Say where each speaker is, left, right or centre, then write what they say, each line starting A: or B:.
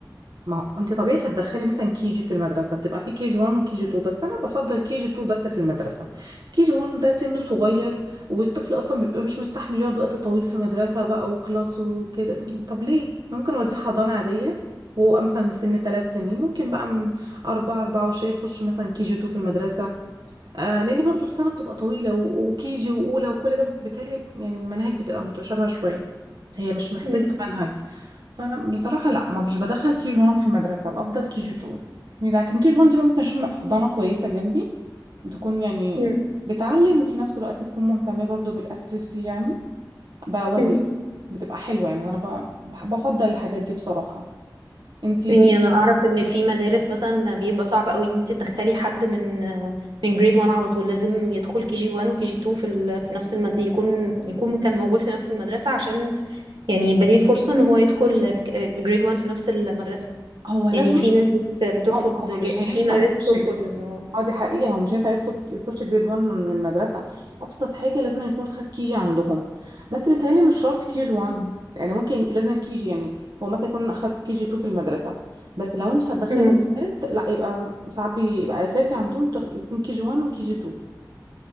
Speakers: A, on the right; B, on the right.
A: ما هو انت طبيعي هتدخلي مثلا كي جي في المدرسه بتبقى في كي جي 1 وكي جي 2 بس انا بفضل كي جي 2 بس في المدرسه كي جي 1 ده سن صغير والطفل اصلا بيبقى مش مستحمل يقعد وقت طويل في مدرسه بقى وكلاس وكده طب ليه ممكن اوديه حضانه عاديه وهو مثلا من سن ثلاث سنين ممكن بقى من أربعة أربعة وشي يخش مثلا كي جي 2 في المدرسة آه لان برضو السنه بتبقى طويله و- وكيجي واولى وكل ده بالتالي يعني المناهج بتبقى متشابهه شويه هي مش محتاجه
B: مم.
A: منهج فانا بصراحه لا ما مش بدخل كي جي 1 في مدرسه الافضل كي جي 2 لكن كي جي 1 دي بقى ممكن اشوف حضانه كويسه جنبي تكون يعني
B: مم.
A: بتعلم وفي نفس الوقت تكون مهتمه برضو بالاكتيفيتي يعني بودي
B: مم.
A: بقى بتبقى حلوه يعني انا ب- بفضل الحاجات دي بصراحه انتي
B: يعني انا اعرف ان في مدارس مثلا بيبقى صعب قوي ان انت تدخلي حد من من جريد 1 على طول لازم يدخل كي جي 1 وكي جي 2 في ال... في نفس المد... يكون يكون كان موجود في نفس المدرسه عشان يعني يبقى ليه الفرصه ان هو يدخل جريد 1 في نفس المدرسه
A: هو لازم
B: يعني في ناس بت... بترفض
A: اه لا، هو
B: ج...
A: مش هينفع
B: في مدارس
A: يخش
B: بترفض
A: جد
B: انه
A: اه دي حقيقة هو مش هينفع ياخد يخش جريد 1 من من المدرسة أبسط حاجة لازم يكون خد كيجي عندهم بس بيتهيألي مش شرط كيجي 1 يعني ممكن لازم كيجي يعني هو مثلا يكون أخد كيجي 2 في المدرسة بس لو أنت هتدخلي
B: مم.
A: لغات لا يبقى ساعات بيبقى أساسي عندهم تخ- يكون كيجي 1 وكيجي 2